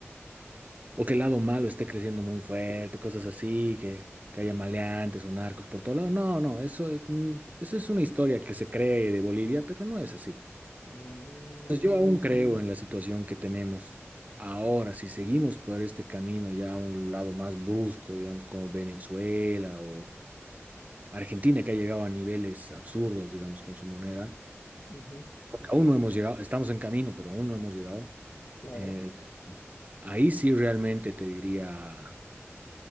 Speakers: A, on the right (about 35°); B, on the left (about 65°).
A: O que el lado malo esté creciendo muy fuerte, cosas así, que, que haya maleantes o narcos por todo lado. No, no, eso, eh, mm, eso es una historia que se cree de Bolivia, pero no es así.
B: mm,
A: Entonces yo aún creo en la situación que tenemos ahora. Si seguimos por este camino ya a un lado más brusco, digamos, como Venezuela o Argentina, que ha llegado a niveles absurdos, digamos, con su moneda,
B: ujú,
A: porque aún no hemos llegado, estamos en camino, pero aún no hemos llegado.
B: claro,
A: eh, ahí sí realmente te diría